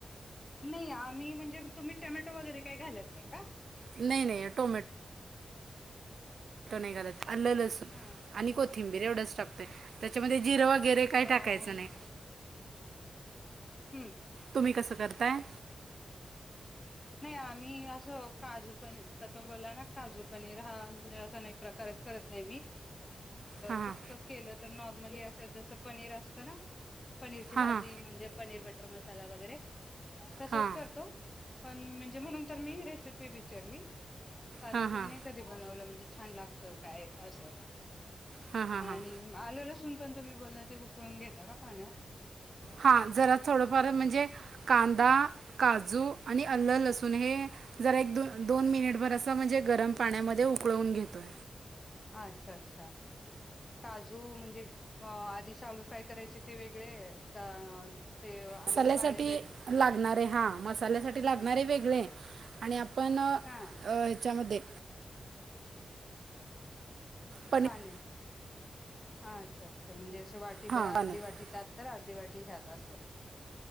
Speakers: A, on the left; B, on the right.
A: नाही आम्ही म्हणजे तुम्ही टोमॅटो वगैरे काही घालत नाही का?
B: नाही नाही टोमॅटो नाही घालत. आलं, लसूण
A: हा
B: आणि कोथिंबीर. एवढंच टाकतोय. त्याच्यामध्ये जिरे वगरे काय
A: हा
B: टाकायचं नाय.
A: हम्म
B: तुम्ही कसं करताय?
A: नाही आम्ही असं काजू पनीर क तो बोलला. ना काजू पनीर. हा म्हणजे असान एक प्रकार अस करत नाही मी.
B: हां
A: फक्त केलं तर नॉर्मली असं जसं पनीर असत ना. पनीरची भाजी
B: हां हां
A: म्हणजे पनीर बटर मसाला वगैरे, तसच
B: हां
A: करतो. पण म्हणजे म्हणून तर मी रेसिपी विचारली. कारण
B: हां
A: की
B: हां हां
A: मी नाही कधी बनवलं. म्हणजे छान लागत काय असं.
B: हां हां हां
A: आणि
B: हां
A: आल लसून पण तुम्ही बोलला ते उकळून घेता का पाण्यात?
B: हा जरा थोडंफार म्हणजे, कांदा काजू आणि आल, लसूण हे जरा एक दो दोन मिनिटभर अस म्हणजे, गरम पाण्यामध्ये उकळवून घेतोय.
A: अच्छा अच्छा. काजू म्हणजे अ आधी शलू फ्राय करायचे ते वेगळेत का? ते आणि
B: मसाल्यासाठी
A: पाण्यात वेगळे
B: लागणारे, हा मसाल्यासाठी लागणारे वेगळेय. आणि आपण
A: हा
B: ह्याच्यामध्ये पनीर
A: पाण्यात. हा अच्छा अच्छा म्हणजे अशी वाटी
B: हां
A: भर अर्धी
B: पाण्यात
A: वाटी त्यात तर अर्धी वाटी ह्यात असं.